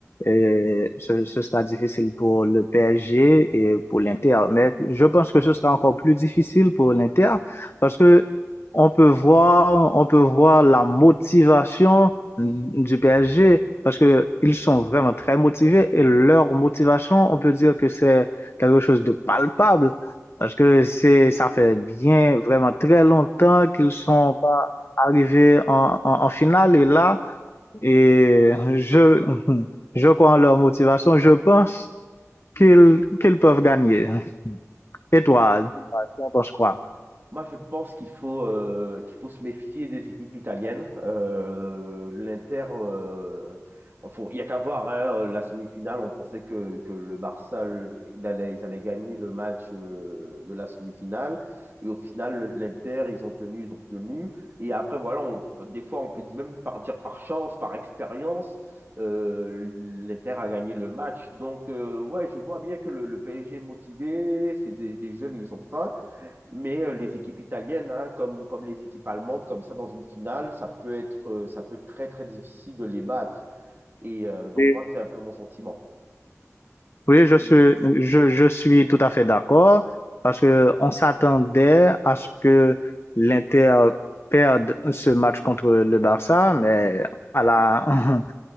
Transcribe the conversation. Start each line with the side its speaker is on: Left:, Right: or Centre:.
Left: Euh, ce, ce sera difficile pour le PSG et pour l'Inter, mais je pense que ce sera encore plus difficile pour l'Inter parce que on peut voir on peut voir la motivation du PSG parce que ils sont vraiment très motivés et leur motivation, on peut dire que c'est quelque chose de palpable. Parce que c'est, ça fait bien, vraiment très longtemps qu'ils sont pas arrivés en, en, en finale. Et là, et je, <laughs> je crois en leur motivation. Je pense qu'ils qu'ils peuvent gagner. Et toi, dis-moi, tu en penses quoi?
Right: Moi, je pense qu'il faut, euh, qu'il faut se méfier des équipes italiennes. Euh, l'Inter, euh, faut- il n'y a qu'à voir hein, la semi-finale. On pensait que, que le Barça, le- il allait, ils allaient gagner le match euh, de la semi-finale. Et au final, le- l'Inter, ils ont tenu, ils ont tenu. Et après, voilà, on peut- des fois, on peut même par, dire par chance, par expérience, euh, l'Inter a gagné le match. Donc, euh, ouais, je vois bien que le, le PSG est motivé. C'est des, les jeunes, ils ont faim. Mais euh, les équipes italiennes, hein, comme, comme les équipes allemandes, comme ça, dans une finale, ça peut être, euh, ça peut être très, très difficile de les battre. Et euh, donc,
Left: Oui,
Right: moi, c'est un peu mon sentiment.
Left: Oui, je suis, je, je suis tout à fait d'accord parce que on s'attendait à ce que l'Inter perde ce match contre le Barça, mais à la, <laughs>